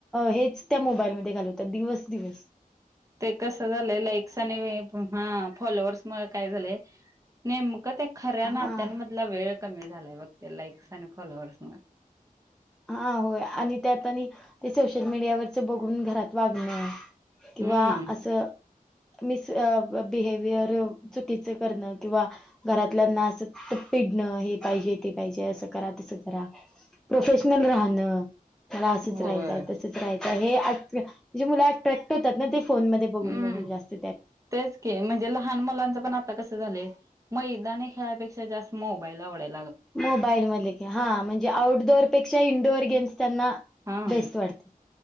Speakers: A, in the centre; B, on the right.
A: हेच त्या मोबाईल मध्ये घालवतात दिवस दिवस
B: ते कसं झालंय लाईक्स आणि हे हा फॉलोवर्स मुळ काय झालंय नेमकं ते खऱ्या
A: हां,
B: नात्यांमधला वेळ कमी झालाय बघ त्या लाईक्स आणि फॉलोअर्स
A: हा होय आणि ते आतानी ते सोशल मीडियावरच बघून घरात वागणं. किंवा
B: हम्म
A: असं. बयर चुकीचण किंवा घरातल्या हे ते पाहिजे असं करा तस करा. असचय.
B: होय
A: ब बून
B: हम्म
A: जात.
B: तेच के म्हणजे लहान मुलांच पण आता कसं झालं मैदानी खेळापेक्षा जास्त मोबाईल आवडत.
A: मोबाईल म क हा म्हणजे आउटडोअरपेक्षा इंडोअर गेम्स त्यांना
B: हा
A: बेस्ट वाटते.